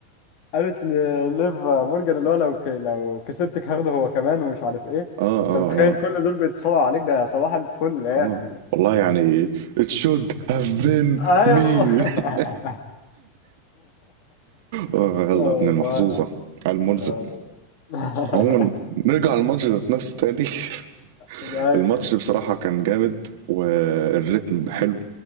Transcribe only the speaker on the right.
اه
اه
اه
اه والله يعني it should have been
me <laughs>
اه يلا
يا ابن
المحظوظة
على المرزق
عموما نرجع للماتش ذات نفسه تاني <laughs>
الماتش بصراحة كان جامد والريتم حلو